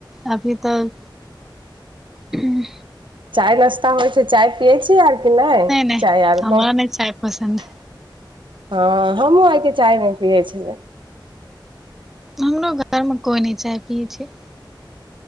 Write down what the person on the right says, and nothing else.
चाय नास्ता होइ छै चाय पियै छी आ कि नै,
चाय आ
बहु
हँ हमहु अहांके चाय नै पियै छलौं।